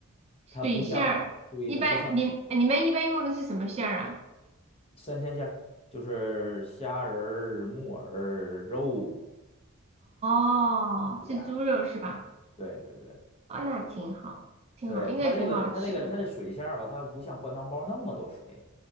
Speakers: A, on the right (about 30°); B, on the left (about 25°).
A: 水馅儿，
B: 它不像，注意它不像
A: 一般你你们一般用的是什么馅儿啊？
B: 三鲜馅儿，就是虾仁儿、木耳、肉，
A: 哦，
B: 是这样儿的，
A: 是猪肉是吧？
B: 对对对。
A: 啊，那挺好，挺好，
B: 对，
A: 应该挺好吃的。
B: 它这个，它这个，它这水馅儿吧，它又不像灌汤包那么多水，